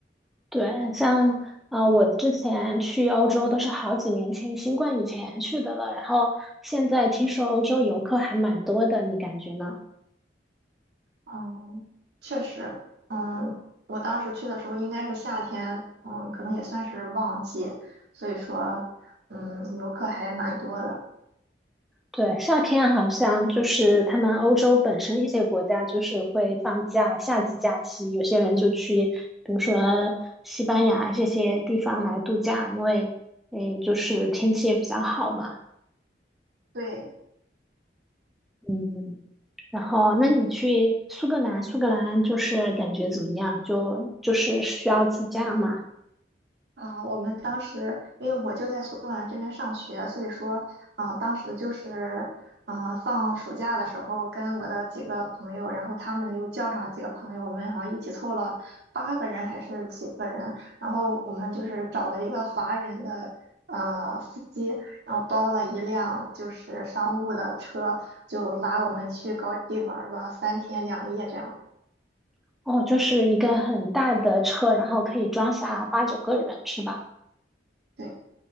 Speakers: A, in the centre; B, on the right.
A: 对，像啊、呃我之前去欧洲都是好几年前，新冠以前去的了。然后现在听说欧洲游客还蛮多的，你感觉呢？
B: 嗯，确实，嗯，我当时去的时候应该是夏天，嗯，可能也算是旺季，所以说，嗯，游客还蛮多的。
A: 对，夏天好像就是他们欧洲本身一些国家就是会放假，夏季假期，有些人就去，比如说西班牙这些地方来度假，因为诶就是天气也比较好嘛。
B: 对，
A: 嗯，然后那你去苏格兰，苏格兰就是感觉怎么样？就就是需要自驾嘛？
B: 啊、我们当时因为我就在苏格兰这边上学，所以说，啊、当时就是，啊、放暑假的时候，跟我的几个朋友，然后他们又叫上了几个朋友，我们好像一起凑了八个人还是几个人，然后我们就是找了一个华人的呃司机，然后包了一辆就是商务的车，就拉我们去高地玩了三天两夜这样。
A: 哦，就是一个很大的车，然后可以装下八九个人，是吧？
B: 对。